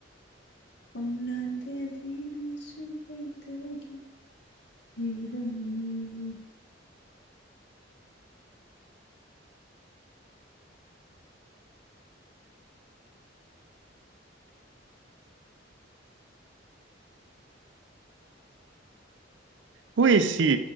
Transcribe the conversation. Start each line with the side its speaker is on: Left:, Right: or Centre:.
Left: ꯃꯥꯡꯂꯥꯟꯗꯗꯤ ꯅꯪꯁꯨ ꯑꯩꯇꯥꯒꯤ <unintelligible>
Right: ꯍꯨ ꯏꯁ ꯁꯤ